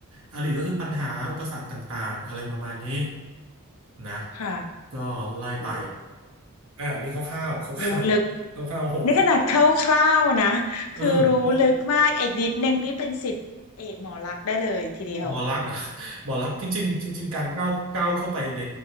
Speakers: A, on the right; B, on the left.
A: อริก็คือปัญหาอุปสรรคต่างๆอะไรประมาณนี้นะ
B: ค่ะ
A: ก็ไล่ไป
B: โอ้
A: อ่าอันนี่คร่าวๆคร่าวๆคร่าวๆหก
B: รู้ลึกนี่ขนาดคร่าวๆนะ
A: เออ
B: คือรู้ลึกมากเอกนิดนึงนี่เป็นศิษย์เอกหมอลักษณ์ได้เลยทีเดียว
A: หมอลักษณ์อะ <laughs> หมอลักษณ์จริงๆจริงๆการก้าวก้าวเข้าไปใน